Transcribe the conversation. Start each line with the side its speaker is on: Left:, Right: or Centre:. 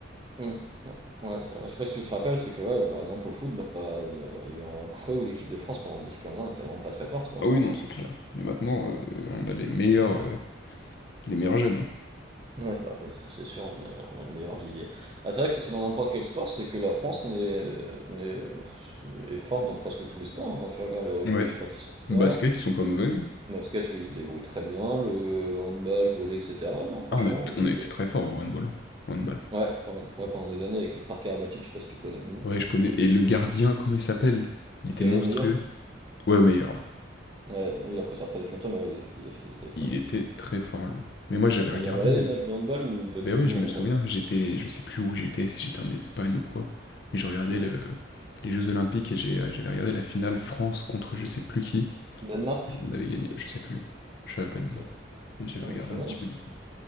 Right: Mm. Ouais, ouais, ça va. Je sais pas si tu te rappelles, c'est que, ouais, par exemple, au foot, bah, de- il y a eu un creux où l'équipe de France pendant dix quinze ans était vraiment pas très forte, quoi.
Left: Ah oui, non, c'est clair. Mais maintenant, euh, on a les meilleurs, euh, les meilleurs jeunes. hein.
Right: Ouais, bah, ouais, ça, c'est sûr, on a, on a le meilleur vivier. Ah, c'est vrai que ça soit dans n'importe quel sport, c'est que la France n'est, n'est- est forte dans presque tous les sports. hein. Quand tu regardes le rugby,
Left: Ouais.
Right: je crois qu'ils sont forts.
Left: Basket, ils sont pas mauvais. hein.
Right: Le basket, où ils se débrouillent très bien. Le handball, le volley, etc. Ouais, non, franchement,
Left: Ah, on a,
Right: on est plutôt.
Left: on a été très fort au handball. hein. Au handball.
Right: Ouais, ouais, pendant des années, avec les frères Karabatic, je sais pas si tu connais de nom.
Left: Ouais, je connais. Et le gardien, comment il s'appelle? Il était
Right: Thierry
Left: monstrueux.
Right: Omeyer?
Left: Ouais, au meilleur. ouais.
Right: Ouais, lui, il a pris sa retraite depuis longtemps, mais ouais, il il- il était fort.
Left: Il était très fort, lui. Mais moi, j'avais
Right: T'as
Left: regardé.
Right: déjà regardé les matchs de handball ou pas du
Left: Ben
Right: tout
Left: oui, je
Right: en
Left: me souviens,
Right: vrai?
Left: j'étais, je sais plus où j'étais, si j'étais en Espagne ou quoi, mais je regardais
Right: Mhm.
Left: le- les Jeux Olympiques et j'ai- euh, j'avais regardé la finale France contre je sais plus qui.
Right: Danemark?
Left: Et on avait gagné, je sais plus. Je savais pas
Right: Ok.
Left: te dire. Mais j'avais
Right: Ok,
Left: regardé
Right: ouais,
Left: un
Right: non,
Left: petit peu
Right: c'est
Left: du coup.